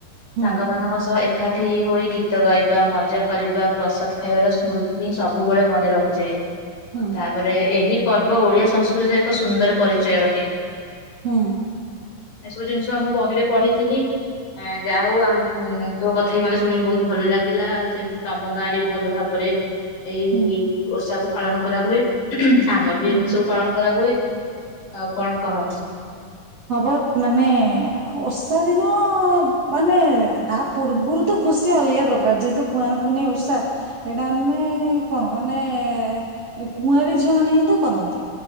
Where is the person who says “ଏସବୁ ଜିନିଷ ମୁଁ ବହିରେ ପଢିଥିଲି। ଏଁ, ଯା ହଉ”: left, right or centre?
Left